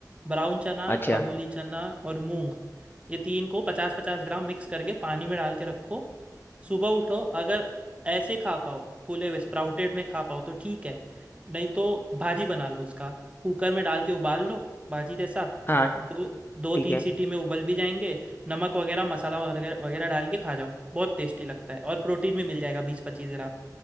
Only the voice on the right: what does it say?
ब्राउन चना
काबुली चना और मूंग ये तीन को पचास पचास ग्राम मिक्स करके पानी में डाल के रखो सुबह उठो अगर ऐसे खा पाओ फूले हुए स्प्राउटेड में खा पाओ तो ठीक है नहीं तो भाजी बना लो उसका कुकर में डाल के उबाल लो भाजी जैसा
दो दो
तीन
सीटी में उबल भी जाएंगे नमक वगैरह मसाला वगैरह वगैरह डाल के खा जाओ बहुत टेस्टी लगता है और प्रोटीन भी मिल जाएगा बीस पच्चीस ग्राम